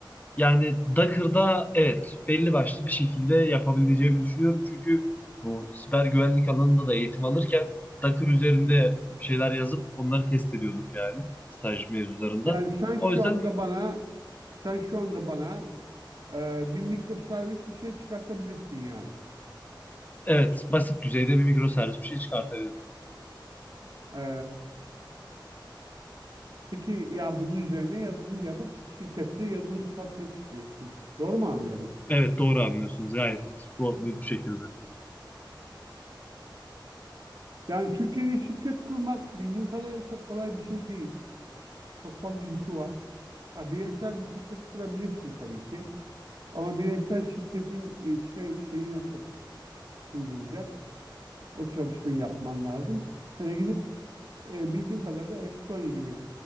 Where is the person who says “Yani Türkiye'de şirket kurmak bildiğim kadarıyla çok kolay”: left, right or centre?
Right